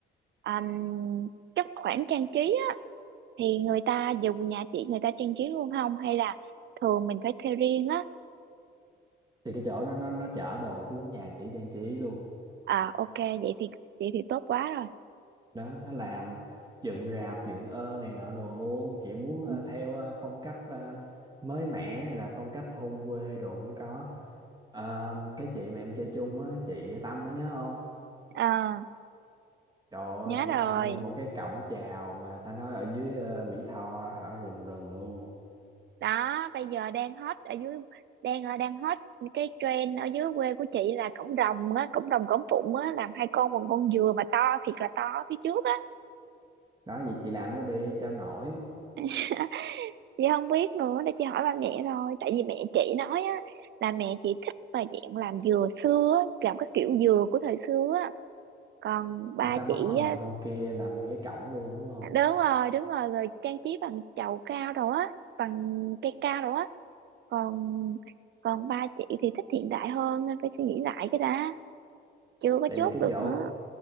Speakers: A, on the right (about 65°); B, on the right (about 20°).
A: um, các khoản trang trí á thì người ta dù nhà chị người ta trang trí luôn không hay là thường mình phải thuê riêng á
B: thì cái chỗ đó nó nó chở đồ xuống nhà chị trang trí luôn
A: À ok vậy thì vậy thì tốt quá rồi.
B: đó nó làm dựng rạp dựng ơ này nọ đồ luôn chị muốn
A: Ừ.
B: ờ, theo ờ, phong cách ờ, mới mẻ hay là phong cách thôn quê đồ cũng có Ờ, cái chị mà em chơi chung á chị Tâm á nhớ không
A: À,
B: trời
A: nhớ
B: ơi chị
A: rồi.
B: làm nguyên một cái cổng chào mà ta nói ở dưới ờ, Mỹ Tho ở rừng rừng luôn
A: Đó, bây giờ đang hot ở dưới đang ờ, đang hot cái trend ở dưới quê của chị là cổng rồng á, cổng rồng cổng phụng á làm hai con bằng con dừa mà to thiệt là to ở phía trước á.
B: đó vậy chị làm nó đi cho nổi
A: <laughs> Chị không biết nữa để chị hỏi ba mẹ thôi tại vì mẹ chị nói á là mẹ chị thích mà dạng làm dừa xưa, á, làm cái kiểu dừa của thời xưa á. Còn ba
B: người ta móc
A: chị
B: con này
A: á
B: con kia làm nguyên cái cổng luôn đúng không
A: đúng rồi đúng rồi rồi trang trí bằng chậu cao đồ á bằng cây cao đồ á còn còn ba chị thì thích hiện đại hơn nên phải suy nghĩ lại cái đã chưa có
B: tại
A: chốt
B: vì cái
A: được
B: chỗ
A: nữa